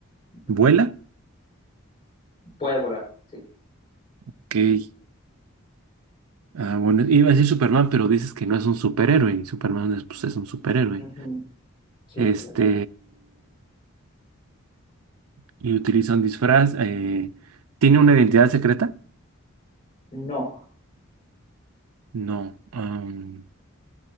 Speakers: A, on the left; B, on the right.
A: Ujú.
B: vuela,
A: Puede volar, sí.
B: ok. ah, bueno, iba a decir Superman, pero dices que no es un superhéroe, y Superman es, pues, es un superhéroe.
A: Ujú, Sí,
B: Este,
A: correcto.
B: y utiliza un disfraz, eh, tiene una identidad secreta.
A: No.
B: No. am,